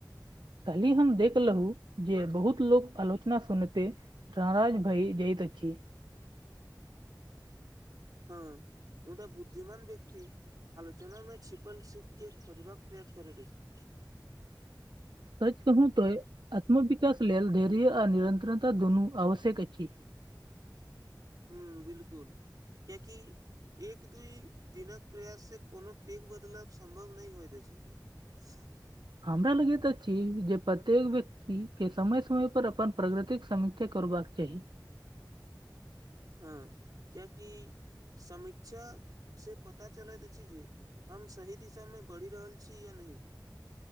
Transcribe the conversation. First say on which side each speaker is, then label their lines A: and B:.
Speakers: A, on the right (about 75°); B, on the right (about 55°).
A: काल्हि हम देखलहुँ जे बहुत लोको आलोचना सुनते नराज भइ जाइत अछि
B: हँ मुदा बुद्धिमान व्यक्ति आलोचना मे छिपल सीख के खोजबाक प्रयास करैत अछि।
A: सच कहूँ तोय आत्मविकास लेल धैर्य आ निरन्तरता दुनू आवश्यक अछि
B: हूँ बिलकुल कियकि एक दू दिनक प्रयाससँ कोनो पैघ बदलाव सम्भव नहि होइत अछि <inaudible>
A: हमरा लगैतऽ अछि जे प्रत्येक व्यक्ति के समय समय पर अपन प्रगतिक के समीक्षा करबाक चाही
B: हँ क्याकि समीक्षा से पता चलैत अछि जे हम सही दिशामे बढ़ि रहल छी या नहि